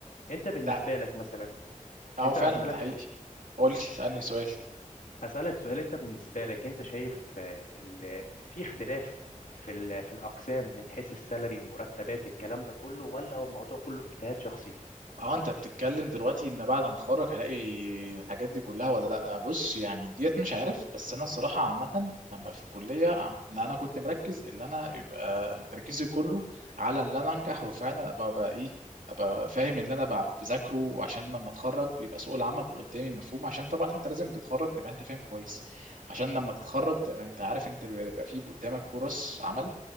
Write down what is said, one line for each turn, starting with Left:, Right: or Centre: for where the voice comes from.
Left: انت بالنسبة
Right: ده
Left: لك مثلا
Right: اه
Left: انت
Right: فعلا
Left: هسألك
Right: ده حقيقي
Left: سؤال
Right: قول لي اسالني سؤال
Left: هسألك سؤال انت بالنسبة لك انت شايف آه، ال- في اختلاف في ال- في الاقسام من حيث السالري المرتبات الكلام ده كله ولا هو الموضوع كله اجتهاد شخصي
Right: اه انت بتتكلم دلوقتي ان بعد ما اتخرج هلاقي الحاجات دي كلها ولا لا بص يعني ديت مش عارف بس انا الصراحه عامه لما في الكليه عم- لا انا كنت مركز اللي انا يبقى تركيزي كله على ان انا انجح وفعلا ابقى بقى ايه ابقى فاهم اللي انا بقى بذاكره وعشان لما اتخرج يبقى سوق العمل قدامي مفهوم عشان طبعا انت لازم تتخرج تبقى انت فاهم كويس عشان لما تتخرج تبقى انت عارف انت بيبقى بيبقى فيه قدامك فرص عمل